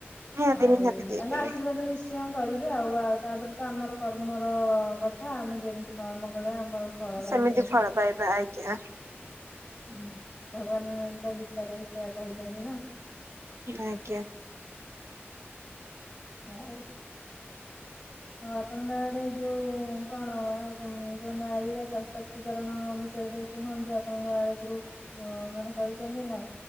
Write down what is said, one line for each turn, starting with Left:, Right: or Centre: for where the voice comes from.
Right: ନିହାତି
Left: ଆଉ
Right: ନିହାତି ଦେଇଦେବେ।
Left: ତାଙ୍କ ଆଶୀର୍ବାଦ ନିଶ୍ଚି ଶ୍ଚୟ କରିବେ ଆଉ। ଆଉ ତାପରେ ତ ଆମର କର୍ମର କଥା, ଆମେ ଯେମିତି କର୍ମ କରିବା ଆମର ଫଳ
Right: ସେମିତି
Left: ଟା ବି
Right: ଫଳ ପାଇବା, ଆଜ୍ଞା।
Left: ହୁଁ। ଭଗବାନ ତ ଗୀତାରେ ସେୟା କହିଛନ୍ତି ନା।
Right: ଆଜ୍ଞା।
Left: ହଉ ଆଉ ଆପଣଙ୍କ ଆଡେ ଯୋଉ କଣ ଆଉ କଣ ଯୋଉ ନାରୀର ସଶକ୍ତି ଶକ୍ତିକରଣ ବିଷୟରେ ଟିକେ କୁହନ୍ତୁ। ଆପଣଙ୍କ ଆଡେ ଗ୍ରୁପ ମାନେ କରିଚନ୍ତି ନା?